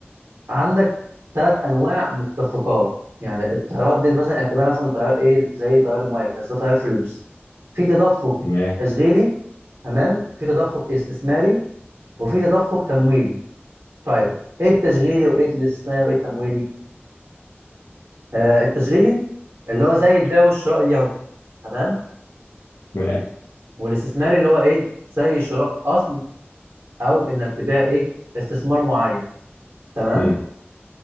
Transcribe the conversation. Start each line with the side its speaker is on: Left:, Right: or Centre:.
Right: فعندك ثلاث انواع من التدفقات يعني التيارات دي مثلا يعني اعتبرها مثلا تيار ايه زي تيار الميه كده بس ده تيار فلوس في تدفق
Left: تمام
Right: تشغيلي تمام في تدفق استثماري وفي تدفق تمويلي طيب ايه التشغيلي وايه الاستثماري وايه التمويلي آه، التشغيلي اللي هو زي البيع والشراء اليومي تمام
Left: تمام
Right: والاستثماري اللي هو ايه زي شراء اصل او انك تبيع ايه استثمار معين تمام
Left: امم